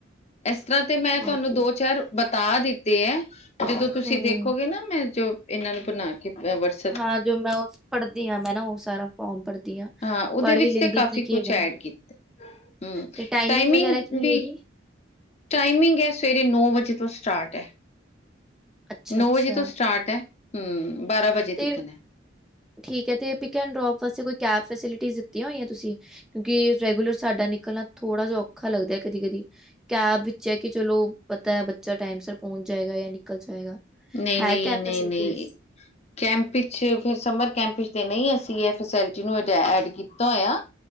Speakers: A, on the left; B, in the centre.
A: ਇਸ ਤਰ੍ਹਾਂ ਤੇ ਮੈਂ
B: ਹੋਰ
A: ਤੁਹਾਨੂੰ
B: ਕੀ
A: ਦੋ ਚਾਰ ਬਤਾ ਦਿੱਤੇ ਹੈ। ਜਦੋਂ ਤੁਸੀਂ
B: ਹੂੰ
A: ਦੇਖੋਗੇ ਨਾ ਮੈਂ ਜੋ ਇਹਨਾਂ ਨੂੰ ਬਣਾ ਕੇ ਵਸ
B: ਹਾਂ ਜੋ ਮੈਂ ਉਹ ਪੜ੍ਹਦੀ ਹਾਂ ਮੈਂ ਨਾ ਉਹ ਸਾਰਾ ਫੋਰਮ ਪੜ੍ਹਦੀ ਹਾਂ।
A: ਹਾਂ ਉਹਦੇ
B: ਪੜ੍ਹ
A: ਵਿੱਚ
B: ਵੀ ਲੈਂਦੀ
A: ਤੇ ਕਾਫੀ
B: ਆ ਕੀ
A: ਕੁਛ
B: ਕੀ ਹੈਗਾ
A: ਐਡ
B: ਹੈ।
A: ਕੀ ਹੂੰ
B: ਤੇ
A: ਟਾਈਮਿੰਗ
B: ਵਗੈਰਾ ਕੀ
A: ਵੀ
B: ਹੈ ਇਹਦੀ
A: ਟਾਈਮਿੰਗ ਹੈ ਸਵੇਰੇ ਨੌ ਵਜੇ ਤੋਂ ਸਟਾਰਟ ਹੈ।
B: ਅੱਛਾ
A: ਨੌ
B: ਅੱਛਾ
A: ਵਜੇ ਤੋਂ ਸਟਾਰਟ ਹੈ ਹਮ ਬਾਰਾਂ ਵਜੇ
B: ਤੇ
A: ਤੀਖਣ
B: ਠੀਕ ਹੈ ਤੇ ਪਿਕ ਐਂਡ ਡਰੋਪ ਵਾਸਤੇ ਕੋਈ ਕੈਬ ਫੈਸਿਲਿਟੀ ਦਿੱਤੀਆਂ ਹੋਈਆਂ ਤੁਸੀਂ ਕਿਉਂਕਿ ਰੈਗੂਲਰ ਸਾਡਾ ਨਿਕਲਣਾ ਥੋੜ੍ਹਾ ਜਿਹਾ ਔਖਾ ਲੱਗਦਾ ਹੈ ਕਦੀ- ਕਦੀ ਕੈਬ ਵਿੱਚ ਹੈ, ਕਿ ਚਲੋ ਪਤਾ ਹੈ, ਬੱਚਾ ਟਾਈਮ ਸਿਰ ਪਹੁੰਚ ਜਾਏਗਾ ਜਾਂ ਨਿਕਲ ਜਾਏਗਾ
A: ਨਹੀਂ
B: ਹੈ
A: -ਨਹੀਂ,
B: ਕੈਬ
A: ਨਹੀਂ-
B: ਫੈਸਿਲਿਟੀਜ਼?
A: ਨਹੀਂ ਕੈਂਪ ਵਿੱਚ ਫਿਰ ਸਮਰ ਕੈਂਪ ਵਿੱਚ ਨਹੀਂ, ਅਸੀਂ ਇਹ ਫੈਸਲਿਟੀ ਨੂੰ ਐਡ ਕੀਤਾ ਹੋਇਆ।